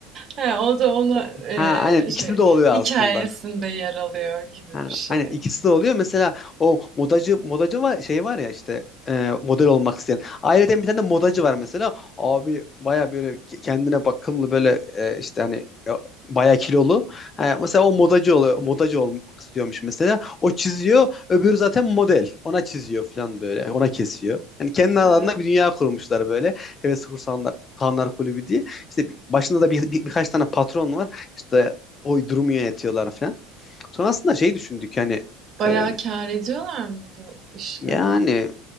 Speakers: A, on the right; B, on the left.
A: He, o da onu e,
B: Ha aynen ikisi
A: şey
B: de oluyor
A: hikayesinde
B: aslında.
A: yer alıyor gibi
B: Ha,
A: bir şey.
B: aynen ikisi de oluyor. Mesela o modacı modacı var şey var ya işte e, model olmak isteyen. Ayrıca bir tane de modacı var mesela. Abi baya böyle ke- kendine bakımlı böyle e, işte hani e, baya kilolu. Ha, mesela o modacı oluyor. Modacı olmak istiyormuş mesela. O çiziyor. Öbürü zaten model. Ona çiziyor falan böyle. Ona kesiyor. Yani kendi alanında
A: Ha,
B: bir dünya kurmuşlar böyle. Heves Kursanlar Kanlar Kulübü diye. İşte bir- başında da bir, bir- birkaç tane patron var. İşte o durumu yönetiyorlar falan. Sonrasında şey düşündük hani
A: Bayağı
B: e,
A: kâr ediyorlar mı bu işle?
B: yani